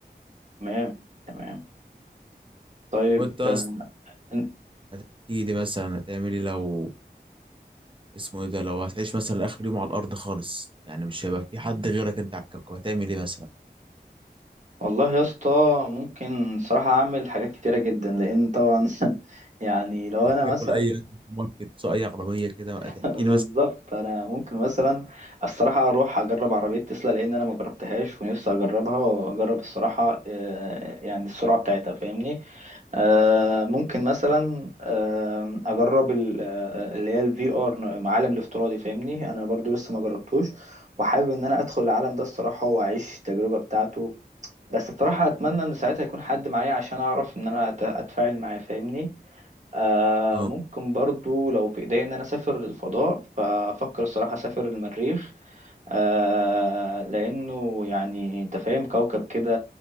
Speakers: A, on the right; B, on the right.
A: تمام تمام طيب
B: وانت يا
A: آه،
B: اسطى
A: إن-
B: احكي لي مثلا هتعمل ايه لو اسمه ايه ده لو هتعيش مثلا اخر يوم على الارض خالص يعني مش هيبقى في حد غيرك انت على الكوكب هتعمل ايه مثلا
A: والله يا اسطى ممكن صراحة أعمل حاجات كتيرة جدا لأن طبعا <laughs> يعني لو أنا
B: اكل
A: مثلا
B: اي أكل في الماركت سواء اي عربيه كده بقى
A: <laughs>
B: تحكي
A: بالظبط
B: لي مثلا
A: انا ممكن مثلا الصراحه اروح اجرب عربيه تسلا لان انا ما جربتهاش ونفسي اجربها واجرب الصراحه آه، يعني السرعه بتاعتها فاهمني آه، ممكن مثلا آه، اجرب ال- آه، اللي هي الفي ار العالم الافتراضي فاهمني انا برضو لسه ما جربتوش وحابب ان انا ادخل العالم ده الصراحه واعيش التجربه بتاعته بس الصراحه اتمنى ان ساعتها يكون حد معايا عشان اعرف ان انا أت- اتفاعل معاه فاهمني آه
B: اه
A: ممكن برضو لو في إيديا إن أنا أسافر للفضاء فأفكر الصراحة أسافر المريخ آه لأنه يعني أنت فاهم كوكب كده